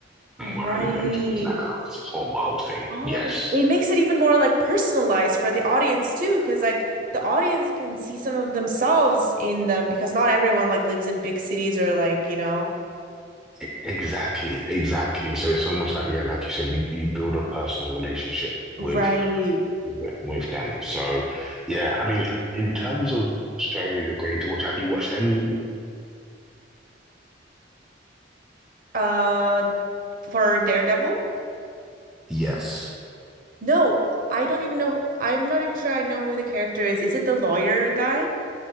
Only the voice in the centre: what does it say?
whereas Avengers is like a whole world thing.
Yes.
E- Exactly, exactly. So it's almost like, yeah, like you said, you, you build a personal relationship
with with them, with them. So yeah, I mean, in terms of shows you're going to watch, have you watched any?
Yes.